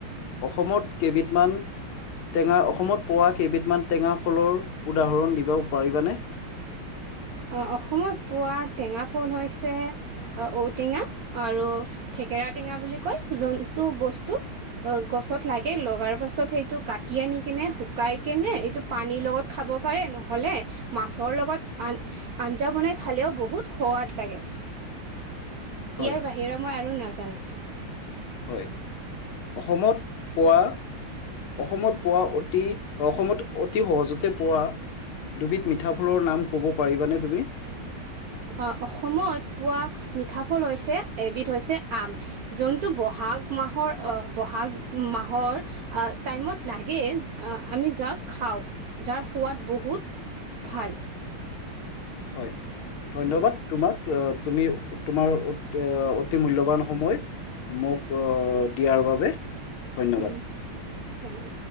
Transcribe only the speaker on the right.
অ', অসমত পোৱা টেঙা ফল হৈছে অ ঔটেঙা আৰু থঠেকেৰা টেঙা বুলি কয়, যোনটো বস্তু অ' গছত লাগে লগাৰ পাছত সেইটো কাটি, আনি কেনে শুকাই কেনে এইটো পানীৰ লগত খাব পাৰে। নহ'লে মাছৰ লগত আন আঞ্জা বনাই খালেও বহুত সৱাদ লাগে।
ইয়াৰ বাহিৰে মই আৰু নাজানো।
আ' অসমত পোৱা মিঠা ফল হৈছে, এবিধ হৈছে আম। যোনটো ব'হাগ মাহৰ অ ব'হাগ মাহৰ আহ টাইমত লাগে। আমি যাক খাওঁ। যাৰ সোৱাদ বহুত ভাল
উম
উম' থেং ইউ।